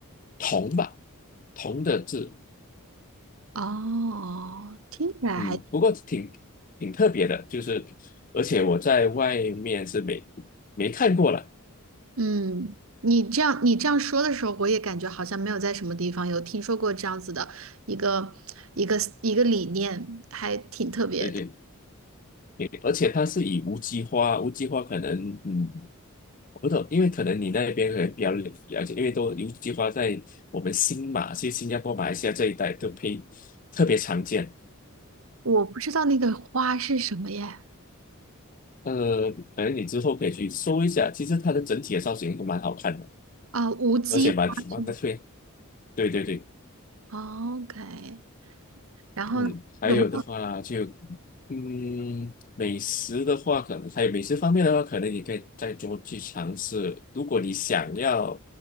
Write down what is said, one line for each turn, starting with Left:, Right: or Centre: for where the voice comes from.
Left: 铜吧，铜的字。
Right: 哦，听起来还，
Left: 嗯，不过挺挺特别的，就是而且我在外面是没没看过了，
Right: 嗯，你这样你这样说的时候，我也感觉好像没有在什么地方有听说过这样子的一个一个一个理念，还挺特别的。
Left: 对对，对而且它是以无机花，无机花可能嗯，不懂，因为可能你那边可能比较了了解，因为都无机花在我们新马，其实新加坡、马来西亚这一带都非特别常见，
Right: 我不知道那个花是什么耶？
Left: 呃，可能你之后可以去搜一下，其实它的整体的造型都蛮好看的，
Right: 啊，无机花是吗
Left: 而且蛮蛮特别，对对对。
Right: ？OK，然后呢有没有？
Left: 嗯，还有的话就，嗯，美食的话，可能还有美食方面的话，可能你可以再多去尝试。如果你想要，